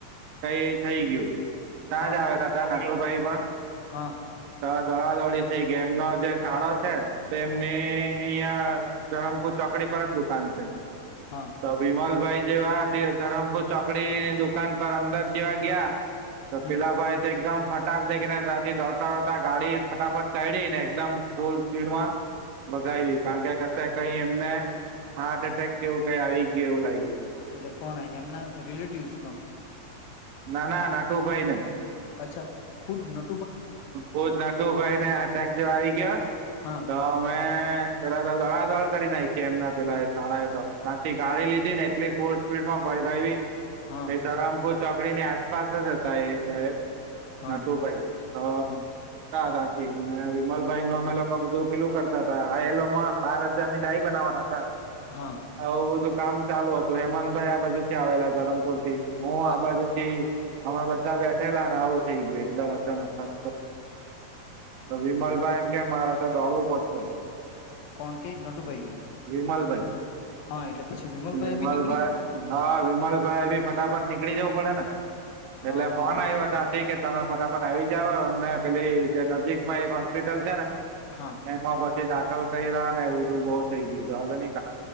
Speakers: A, on the right (about 75°); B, on the left (about 80°).
A: કઈ થઈ ગયું ત્યાંજ
B: હા
A: આવેલા તા નકુરભાઈ પણ તો
B: હા
A: દોડા દોડી થઈ ગયી એમનો જે શાળો છે તો એમની અહિયાં ધરમપુર ચોકડી પર જ દુકાન છે,
B: હા
A: તો વિમલભાઈ જેવા ધરમપુર ચો કડીની દુકાન પર અંદર જેવા ગયા તો
B: હમ
A: પેલા ભાઈ તો એકદમ ફટાક દેખીને ત્યાંથી દોડતા દોડતા ગાડી ફટાફટ કાયઢી ને એકદમ ફૂલ સ્પીડમાં ભગાવી કારણ કે કશે કઈ એમને હાર્ટ એટેક કેવું કઈ આવી ગયું એવું લાગ્યું.
B: એટલે કોણ એમના રિલેટિવ્સ?
A: ના ના નાટું ભાઈ ને
B: અછા ખુબ ન
A: ખુદ નટુભાઈ ને અટક જો આવી ગયો
B: હા
A: તો અમે પેલા તો દોડાદોડ કરી નાખીએ એમના પેલા એ શાળાએ તો તથી ગાડી લીધી ને એટલી ફુલ સ્પીડ માં ભ <unintelligible>
B: હા
A: એ ધરામપુર ચોકડી ની આસપાસ જ હતા એ શહેબ,
B: હા
A: નટુભાઈ હ
B: હા
A: તથી વિમલભાઈ નું અમે લોકો બધું પીલું કરતા હતાા આ એલોમાં બાર હજાર ની ડાઈ બનાવાના હતા.
B: હા
A: આવું બધું કામ ચાલુ હતું હેમંતભાઈ આ બાજુ થી આવેલા ધરમપુરથ હું
B: હા
A: આ બાજુ થી અમે બધા બેઠેલા અને આવું થઇ ગયું એકદમ અચાનક અચ્છા, તો
B: હા
A: વિમલભાઈ,
B: બોલો.
A: એમ કે મારે દોડવું પડશે.
B: કોણ કે નટુભાઈ કે
A: વિમલભાઈ.
B: હા એટલે પછી વિમલભાઈ
A: વિમલભાઈ
B: બી નીકળી
A: હા વિમલભાઈ બી ફટાફટ નીકળી જવું પડે ને
B: હા
A: એટલે ફોન આવ્યો ત્યાંથી કે તમે ફટાફટ આવી અમને પેલી જે નજીકમાં એક હોસ્પિટલ છે ને
B: હા
A: એમાં પછી દાખલ તૈયાર એવું બધું બહુ થઈ ગયું જવા દો ને.